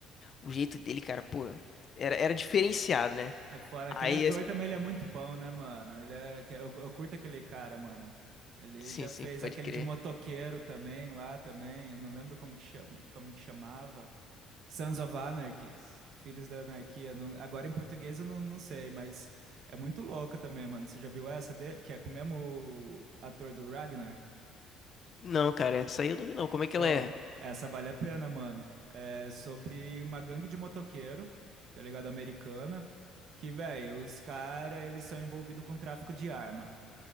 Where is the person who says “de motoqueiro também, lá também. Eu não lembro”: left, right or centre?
Right